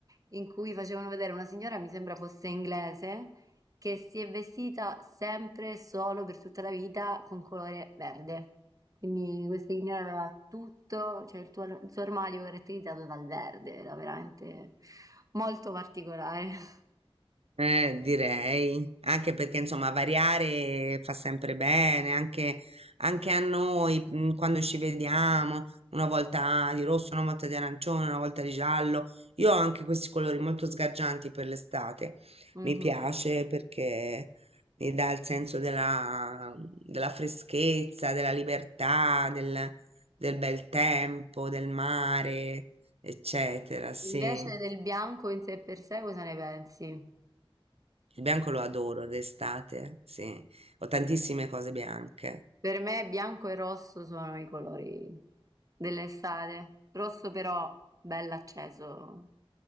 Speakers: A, on the right; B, on the right.
A: in cui facevano vedere una signora, mi sembra fosse inglese, che si è vestita sempre e solo per tutta la vita con colore verde. Quindi questa signora aveva tutto, cioè il, tuo- il suo armadio caratterizzato dal verde, era veramente molto particolare. <laughs>
B: Eh, direi, anche perché insomma variare fa sempre bene, anche, anche a noi mm, quando ci vediamo, una volta di rosso, una volta di arancione, una volta di giallo. Io ho anche questi colori molto sgargianti per l'estate,
A: Mhm.
B: mi piace perché mi dà il senso della, della freschezza, della libertà, del, del bel tempo, del mare, eccetera, sì.
A: Invece del bianco in sé per sé, cosa ne pensi?
B: Il bianco lo adoro d'estate, sì. Ho tantissime cose bianche.
A: Per me bianco e rosso sono i colori dell'estate, rosso però bell'acceso,